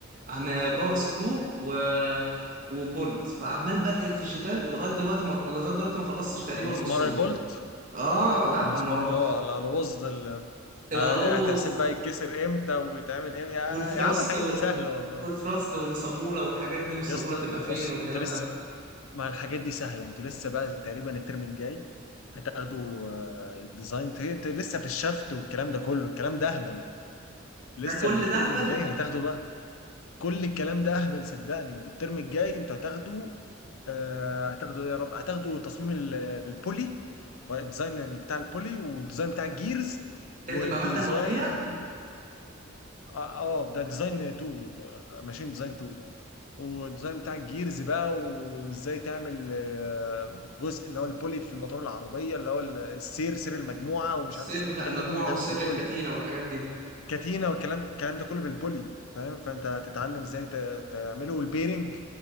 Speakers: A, on the right; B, on the left.
A: عن باور سكرو و وبولت فعمال بنقل في الشيتات لغايه دلوقتي ما... لغايه دلوقتي ما خلصتش تقريبا
B: مسمار
A: نصهم
B: البولت
A: اه لا
B: المسمار
A: ما هو
B: اللي هو الوز ده اللي
A: القلاوظ
B: آه، هتحسب بقى يتكسر امتى ويتعمل امتى يا
A: والفراست
B: يا عم الحاجات
A: وال...
B: دي سهله والله
A: والفراست والصامولة والحاجات دي والصامولة
B: يا اسطى
A: تبقى فين
B: بص
A: والكلام
B: انت لسه
A: ده
B: مع الحاجات دي سهلة انتوا لسه بقى تقريبا الترم الجاي هتاخدوا آه، ديزاين تري- انتوا لسه في الشفت والكلام ده كله الكلام ده اهبل لسه
A: ده كل
B: الترم
A: ده هبل
B: الجاي هتاخدوا بقى كل الكلام ده اهبل صدقني الترم الجاي انتوا هتاخدوا آه، هتاخدوا إيه يا رب هتاخدوا تصميم ال- البولي والديزاين بتاع البولي والديزاين بتاع الجيرز
A: دي
B: والديزاين
A: هتبقى مادة لوحديها
B: اه آه، ده ديزاين 2 ماشين ديزاين 2 والديزاين بتاع الجيرز بقى وازاي تعمل آه، جزء اللي هو البولي في الموتور العربيه اللي هو ال- السير سير المجموعه ومش
A: السير
B: عارف السير
A: بتاع
B: الكلام
A: المجموعة
B: ده كله بيتعمل
A: وسير
B: بالبولي
A: الكتينة والحاجات دي
B: كاتينا والكلام الكلام ده كله بالبولي فاهم فانت هتتعلم ازاي ت- تعمله والبيرنج